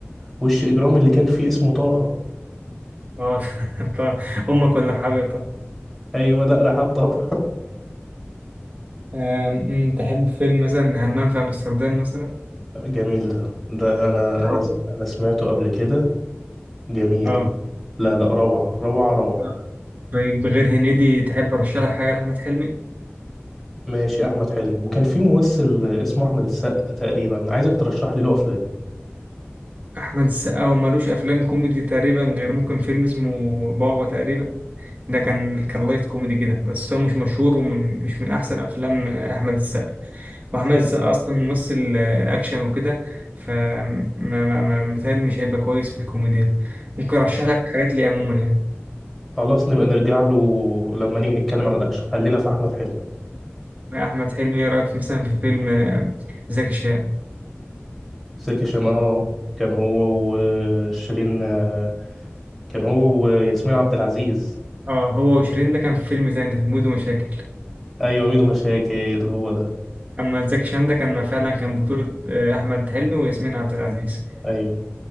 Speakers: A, in the centre; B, on the right (about 40°).
A: وش اجرام اللي كان فيه اسمه طه
B: اه <laughs> طبعا أمك ولا رحابية طبعا
A: ايوه لا رحاب طبعا
B: أم، أم، تحب فيلم مثلا همام في امستردام مثلا
A: <laughs> جميل ده ده انا
B: تعرفه
A: انا انا سمعته قبل كده جميل
B: اه
A: لا لا روعة روعة روعة
B: آه. طيب غير هنيدي تحب ارشح لك حاجه لاحمد حلمي
A: ماشي احمد حلمي وكان في ممثل اسمه احمد السقا تقريبا عايزك ترشح لي له افلام
B: احمد السقا هو ملوش افلام كوميدي تقريبا غير ممكن فيلم اسمه بابا تقريبا ده كان كان لايت كوميدي كده بس هو مش مشهور ومن مش من احسن افلام احمد السقا واحمد
A: اه
B: السقا اصلا ممثل آه، اكشن وكده ف ما- ما- ما- متهيألي مش هيبقى كويس في الكوميديا ممكن ارشح لك حاجات ليه عموما يعني
A: خلاص نبقى نرجع له لما نيجي نتكلم عن الاكشن خلينا في احمد حلمي
B: احمد حلمي ايه رايك مثلا في فيلم آه، زكي شان
A: زكي شان اه كان هو وشيرين آه، كان هو وياسمين عبد العزيز
B: اه هو وشيرين ده كان في فيلم تاني اسمه مود ومشاكل
A: ايوه ميدو مشاكل هو ده
B: اما زكي شان ده كان فعلا كان بطولة آه، احمد حلمي وياسمين عبد العزيز
A: ايوه